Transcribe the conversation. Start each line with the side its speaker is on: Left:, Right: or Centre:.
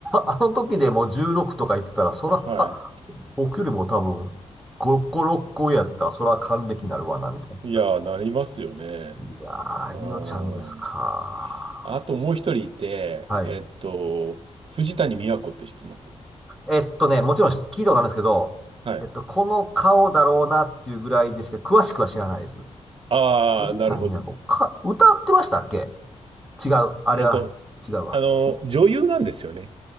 Centre: あの時でもじゅう16とか言ってたら、そら、
Right: は
Centre: 僕よりも多分、5個、6個上やったら、そら還暦になるわな、みたいな。
Right: い。いや、なりますよね。
Centre: いやー、
Right: うん。
Centre: 伊代ちゃんですか。
Right: あともう一人いて、
Centre: はい。
Right: えっと、藤谷美和子って知ってます
Centre: えっとね、もちろん聞いたことあるんですけど、
Right: はい。
Centre: えっと、この顔だろうなっていうぐらいでしか詳しくは知らないです。
Right: ああ、
Centre: 藤谷美奈子、
Right: なるほど。
Centre: か、歌ってましたっけ違う。あれは、
Right: えっと、
Centre: 違うわ。
Right: あの、女優なんですよね。